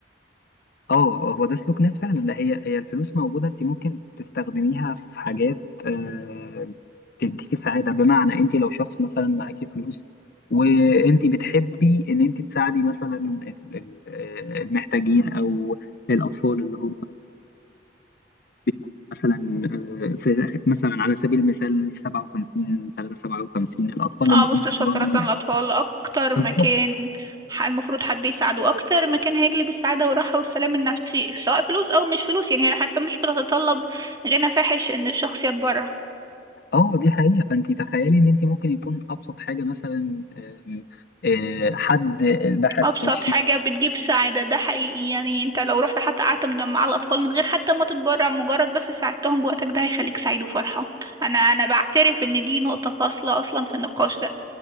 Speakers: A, on the left; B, on the right.
A: اه هو ده سلوك ناس فعلا لا هي هي الفلوس موجودة انت ممكن تستخدميها في حاجات أه، تديكي سعادة بمعنى انت لو شخص مثلا معاكي فلوس وانت بتحبي ان انت تساعدي مثلا ال- ال- آه، المحتاجين او الاطفال اللي هم بيكون مثلا آه، في مثلا على سبيل المثال في 57 3 57 الاطفال
B: اه
A: اللي هم
B: مستشفى
A: بيواجهوا
B: سرطان
A: ال-
B: الأطفال أكتر
A: بالظبط
B: مكان ح- المفروض حد يساعده أكتر مكان هيجلب السعادة والراحة والسلام النفسي سواء فلوس أو مش فلوس يعني هي حتى مش بتتطلب غنى فاحش إن الشخص يتبرع
A: اه دي حقيقه فانت تخيلي ان انت ممكن يكون ابسط حاجه مثلا آم، آه، حد ضحك
B: أبسط
A: في وشك
B: حاجة بتجيب سعادة ده حقيقي يعني أنت لو رحت حتى قعدت من- مع الأطفال من غير حتى ما تتبرع مجرد بس ساعدتهم بوقتك ده هيخليك سعيد وفرحة أنا أنا بعترف إن دي نقطة فاصلة أصلا في النقاش ده